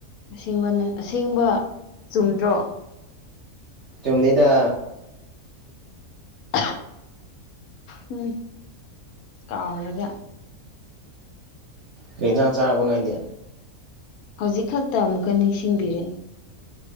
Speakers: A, on the left; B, on the right.
A: ꯑꯁꯦꯡꯕꯅ ꯑꯁꯦꯡꯕ ꯆꯨꯝꯗ꯭ꯔꯣ
B: ꯆꯨꯝꯗꯗ
A: ꯍ ꯎꯝ ꯀꯥꯎꯔꯒ
B: ꯄꯔꯤꯁꯪ ꯆꯥꯔ ꯕꯥꯏꯗꯦ
A: ꯍꯧꯖꯤꯛ ꯈꯛꯇ ꯑꯃꯨꯛꯀ ꯅꯤꯡꯁꯤꯡꯕꯤꯔꯛꯦ